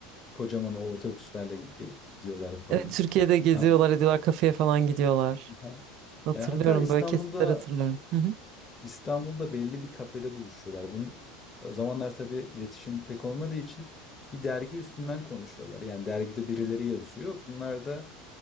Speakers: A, on the left (about 20°); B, on the right (about 50°).
A: Kocaman o otobüslerle gidiyorlar falan.
B: Evet, Türkiye'de geziyorlar,
A: Aa,
B: ediyorlar, kafeye falan gidiyorlar.
A: aha.
B: Hatırlıyorum
A: E, hatta İstanbul'da
B: böyle kesitler hatırlıyorum. Hı hı.
A: İstanbul'da belli bir kafede buluşuyorlar. Bunun o zamanlar tabii iletişim pek olmadığı için bir dergi üstünden konuşuyorlar. Yani dergide birileri yazıyor. Bunlar da